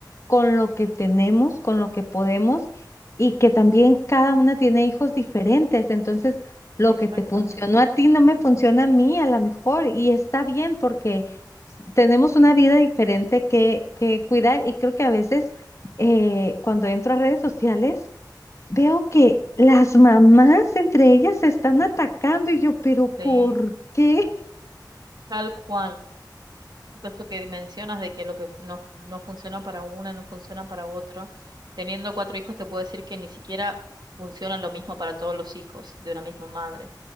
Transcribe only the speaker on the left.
con lo que tenemos, con lo que podemos y que también cada una tiene hijos diferentes, entonces lo
que te funcionó a ti no me funciona a mí, a lo mejor, y está bien porque s- tenemos una vida diferente que, que cuidar y creo que a veces eh, cuando entro a redes sociales veo que las mamás entre ellas se están atacando y yo, pero ¿por
qué?